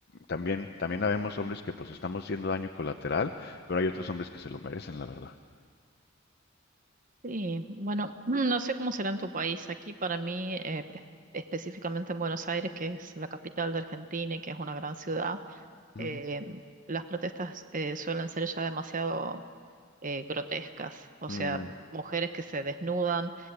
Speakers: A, on the left (about 55°); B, on the right (about 40°).
A: también, también habemos hombres que pues estamos siendo daño colateral, pero hay otros hombres que se lo merecen, la verdad.
B: Sí, bueno, <clears throat> no sé cómo será en tu país. Aquí para mí, eh, es- específicamente en Buenos Aires, que es la capital de Argentina y que es una gran ciudad,
A: Ujú.
B: eh, las protestas eh, suelen ser ya demasiado eh, grotescas. O sea,
A: Mm,
B: mujeres que se desnudan